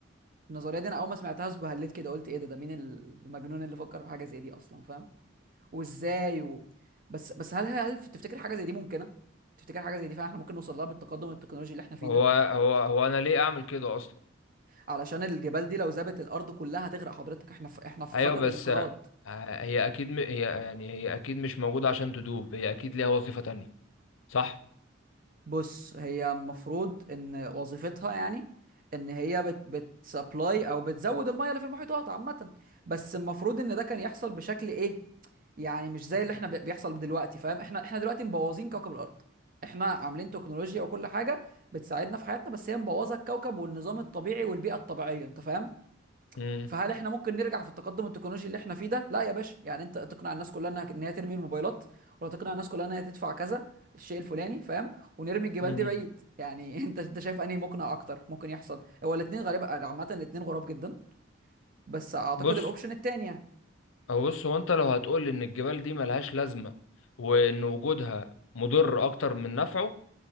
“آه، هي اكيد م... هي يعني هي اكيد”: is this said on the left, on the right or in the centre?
Left